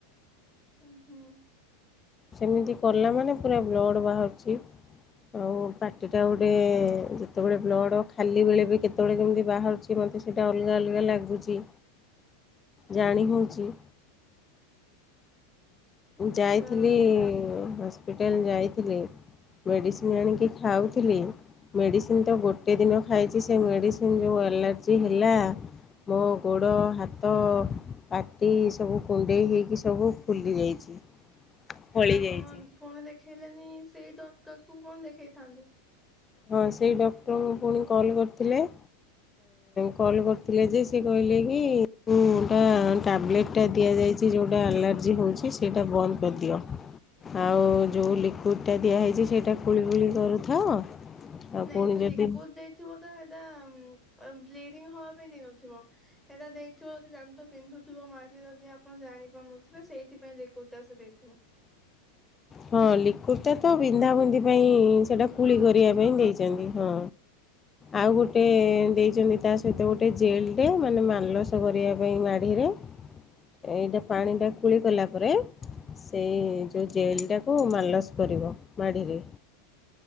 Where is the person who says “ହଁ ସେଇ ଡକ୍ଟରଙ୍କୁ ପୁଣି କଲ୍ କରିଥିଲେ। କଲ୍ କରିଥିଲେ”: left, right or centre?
Left